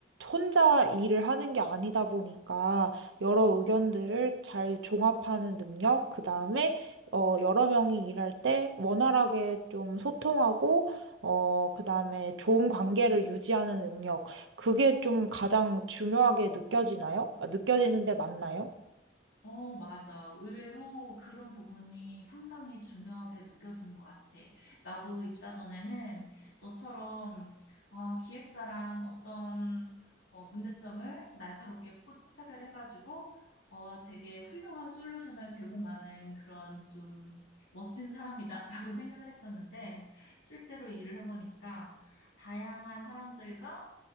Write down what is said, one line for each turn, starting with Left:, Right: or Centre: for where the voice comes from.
Right: 혼자 일을 하는 게 아니다 보니까 여러 의견들을 잘 종합하는 능력, 그 다음에 어, 여러 명이 일할 때 원활하게 좀 소통하고, 어, 그 다음에 좋은 관계를 유지하는 능력, 그게 좀 가장 중요하게 느껴지나요? 아, 느껴지는데 맞나요?
Left: 어, 맞아. 의외로 그런 부분이 상당히 중요하게 느껴지는 것 같아. 나도 입사 전에는 너처럼 아, 기획자란 어떤 어, 문제점을 날카롭게 포착을 해가지고 어, 되게 훌륭한 솔루션을 제공하는 그런 좀 멋진 사람이다라고 <laughs> 생각을 했었는데 실제로 일을 해보니까 다양한 사람들과